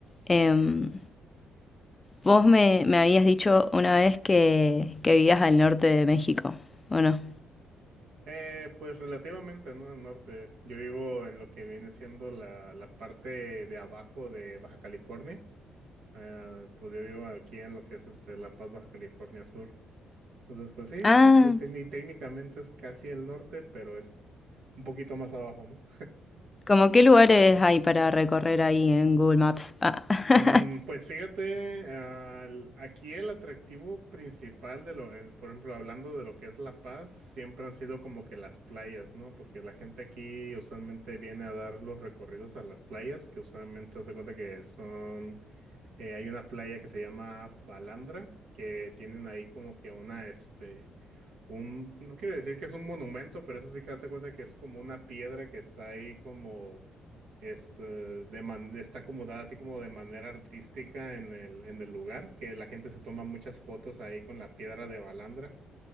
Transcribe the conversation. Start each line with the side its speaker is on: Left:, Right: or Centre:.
Left: Em, vos me, me habías dicho una vez que, que vivías al norte de México, ¿o no?
Right: Eh, pues relativamente, ¿no? Al norte. Yo vivo en lo que viene siendo la, la parte de abajo de Baja California. Eh, pues yo vivo aquí en lo que es este La Paz, Baja California Sur. Entonces, pues sí,
Left: Ah,
Right: se- tec- y técnicamente es casi el norte, pero es un poquito más abajo, ¿no?
Left: ¿cómo qué lugares hay para recorrer ahí en Google Maps? Ah, <laughs>
Right: Mm, pues fíjate, al- aquí el atractivo principal de lo, el- por ejemplo, hablando de lo que es La Paz, siempre han sido como que las playas, ¿no? Porque la gente aquí usualmente viene a dar los recorridos a las playas, que usualmente haz de cuenta que son, eh, hay una playa que se llama Balandra, que tienen ahí como que una, este un, no quiero decir que es un monumento, pero eso sí que hazte cuenta que es como una piedra que está ahí como, este, de man- está acomodada así como de manera artística en el, en el lugar, que la gente se toma muchas fotos ahí con la piedra de Balandra,